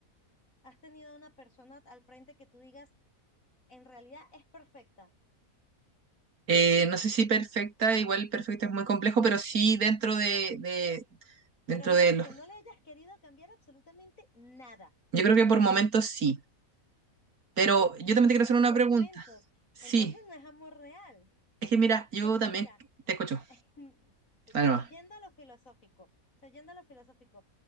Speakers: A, on the left; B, on the right.
A: has tenido una persona al frente que tú digas, en realidad es perfecta,
B: Eh, no sé si perfecta, igual perfecta es muy complejo, pero sí dentro de, de-
A: pero
B: dentro
A: no,
B: de
A: el
B: los,
A: que no le hayas querido cambiar absolutamente nada?
B: yo creo que por momentos sí, pero yo también te quiero
A: pero
B: hacer una
A: por
B: pregunta,
A: momentos.
B: sí,
A: Entonces no es amor real.
B: es que mira, yo
A: Es que
B: también
A: mira,
B: te escucho,
A: mm,
B: dale
A: de-
B: nomás.
A: yendo a lo filosófico, o sea, yendo a lo filosófico,